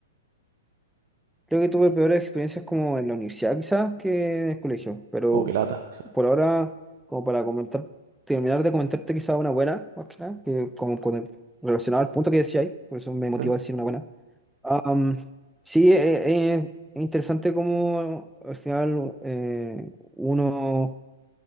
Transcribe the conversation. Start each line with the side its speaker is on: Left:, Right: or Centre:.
Centre: Creo que tuve peores experiencias como en la universidad quizás que en el colegio, pero
Right: O que lata, sí.
Centre: por ahora, como para comentar, terminar de comentarte quizás una buena, más que nada, que como con el- relacionado al punto que decía ahí, por eso me motivó
Right: ¿Eh?
Centre: a decir una buena. Am, sí, eh, eh, es interesante cómo al final eh, uno